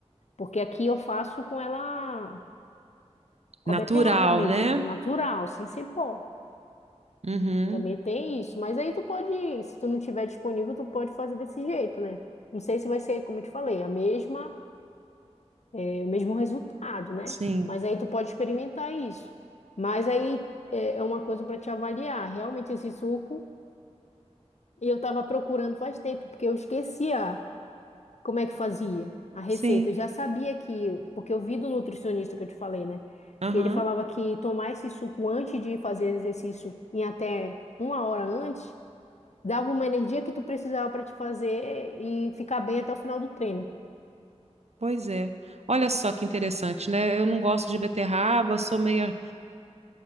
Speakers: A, on the left; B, on the right.
A: Porque aqui eu faço com ela
B: Natural,
A: Com a beterraba mesmo,
B: né?
A: é natural, sem ser pó.
B: Uhum.
A: Também tem isso. Mas aí tu pode, se tu não tiver disponível, tu pode fazer desse jeito, né? Não sei se vai ser, como eu te falei, a mesma, é, o mesmo resultado, né?
B: Sim,
A: Mas aí tu pode experimentar isso. Mas aí é é uma coisa para te avaliar. Realmente esse suco, eu tava procurando faz tempo, porque eu esquecia. Como é que fazia a receita?
B: sim.
A: Eu já sabia que, porque eu vi do nutricionista que eu te falei, né?
B: Aham.
A: Que ele falava que tomar esse suco antes de fazer exercício em até uma hora antes, dava uma energia que tu precisava para te fazer e ficar bem até o final do treino.
B: Pois é. Olha só que interessante, né? Eu não gosto de beterraba, sou meio